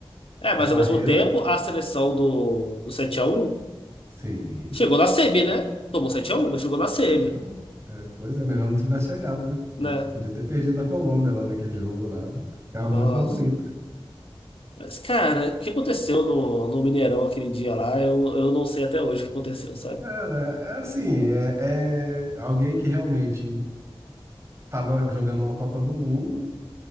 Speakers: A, on the left; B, on the right.
A: É, mas
B: o Parreira,
A: ao mesmo tempo, a seleção do, do sete a um
B: sim,
A: chegou na semi, né? Tomou sete a um, mas chegou na semi,
B: sete x 1 É, pois é, melhor não tivesse chegado, né?
A: né?
B: Devia ter- Podia ter perdido a Colômbia lá naquele jogo lá. Ficava
A: Nossa.
B: muito mais bonito.
A: Mas, cara, o que aconteceu no, no Mineirão aquele dia lá, eu, eu não sei até hoje o que aconteceu, sabe?
B: Cara, é assim, é, é alguém que realmente estava jogando uma Copa do Mundo